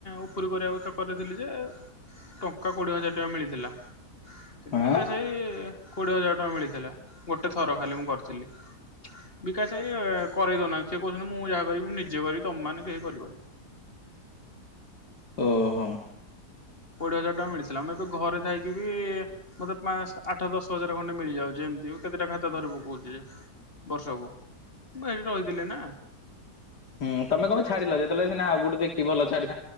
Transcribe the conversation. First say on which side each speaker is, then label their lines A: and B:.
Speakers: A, on the left; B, on the left.
A: ଉପରି କରିବାକୁ ଚକରେ ଥିଲି ଯେ ଟଙ୍କା କୋଡିଏ ହଜାର ଟଙ୍କା ମିଳିଥିଲା କିନ୍ତୁ
B: ଆଁ
A: ବିକାଶ ଭାଇ କୋଡିଏ ହଜାର ଟଙ୍କା ମିଳିଥିଲା ଗୋଟେ ଥର ଖାଲି ମୁଁ କରିଥିଲି। ବିକାଶ ଭାଇ କରେଇ ଦୋଉନା ସେ କୋହୁଚନ୍ତି ମୁଁ ଯାହା କରିବି ନିଜେ କରିବି ତମେମାନେ କେହି କରିବନି।
B: ଓହୋ।
A: କୋଡିଏ ହଜାର ଟଙ୍କା ମିଳିଥିଲା ମୁଁ ଏବେ ଘରେ ଥାଇକି ବି ମତେ ପାଁଶ ଆଠ ଦଶ ହଜାର ଖଣ୍ଡେ ମିଳିଯାଉଚି ଯେମତି ହୋଉ କେତେଟା ଖାତା ଧରି ପକଉଚି ଯେ ବର୍ଷକୁ ମୁଁ ହେଇଠି ରହିଥିଲେ ନାଁ
B: ହୁଁ ତମ କମାଇଁ ଛାଡିଲ ଯେତେବେଲେ ସିନା ଆଉ କୋଉଠି ଦେଖି ଭଲ ଛାଡ଼ି